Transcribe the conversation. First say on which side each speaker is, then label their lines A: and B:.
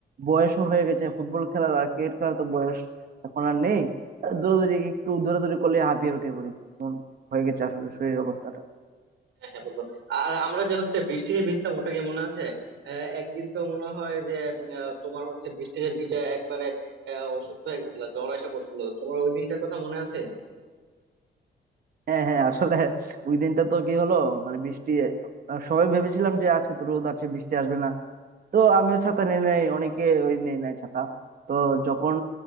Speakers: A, on the right; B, on the right.
A: বয়সও হয়ে গেছে ফুটবল খেলা আর ক্রিকেট খেলা তো বয়স এখন আর নেই আহ দৌড়াদৌড়ি একটু দৌড়াদৌড়ি করলে হাঁপিয়ে উঠে পড়ি হয়ে গেছে আসলে শরীরের অবস্থাটা
B: হ্যাঁ হ্যাঁ বন্ধু আর আমরা যে হচ্ছে বৃষ্টিতে ভিজতাম ওটা কি মনে আছে আহ, একদিন তো মনে হয় যে উম, আহ, তোমার হচ্ছে বৃষ্টিতে ভিজে একবারে আহ, অসুস্থ হয়ে গেছিল জ্বর এসে পড়ছিল তোমার ওই দিনটার কথা মনে আছে
A: হ্যাঁ হ্যাঁ আসলে ওই দিনটা তো কি হলো মানে বৃষ্টি আহ, সবাই ভেবেছিলাম যে আজকে তো রোদ আছে বৃষ্টি আসবে না তো আমিও ছাতা নিয়ে নেই অনেকে ওই নেই নাই ছাতা তো যখন